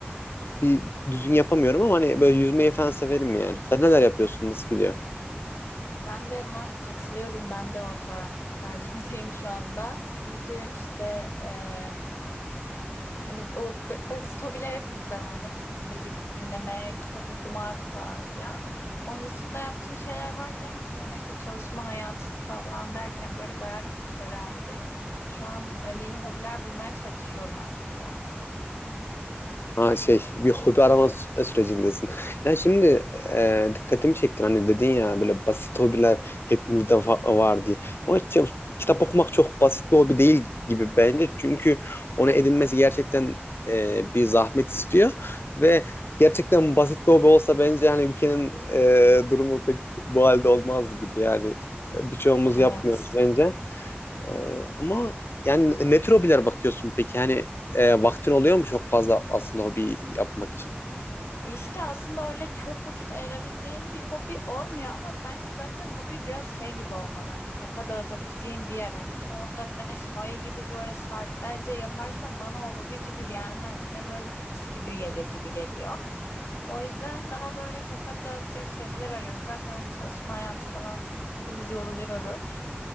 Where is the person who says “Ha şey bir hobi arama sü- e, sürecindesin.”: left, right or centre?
Left